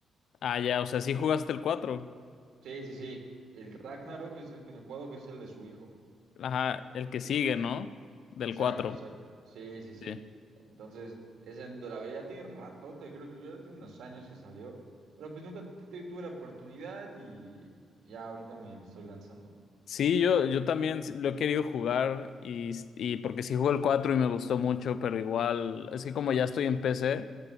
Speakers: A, on the left; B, on the right.
A: Ah, ya, o sea, sí jugaste el cuatro
B: Sí, sí, sí. El Ragnarok es el que no he jugado, que es el de su hijo.
A: Ajá, el que sigue, ¿no? Del
B: Exacto,
A: cuatro
B: exacto. Sí, sí, sí.
A: Sí.
B: Entonces, ese en la veía ya tiene ratote, creo que ya tiene unos años que salió. Pero pues nunca te- te- tuve la oportunidad y ya ahorita me, me estoy lanzando.
A: Sí, yo, yo también lo he querido jugar y, y porque sí jugué el 4 y me gustó mucho, pero igual, es que como ya estoy en PC,